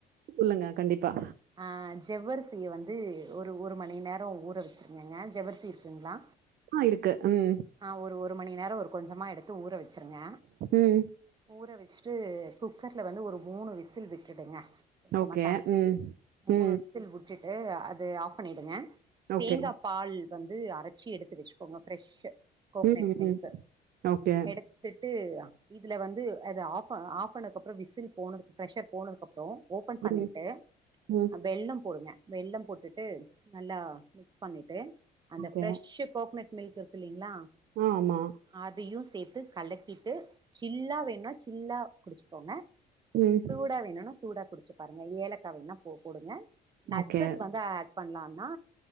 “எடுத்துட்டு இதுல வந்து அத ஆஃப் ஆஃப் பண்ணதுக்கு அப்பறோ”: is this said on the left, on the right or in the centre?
Right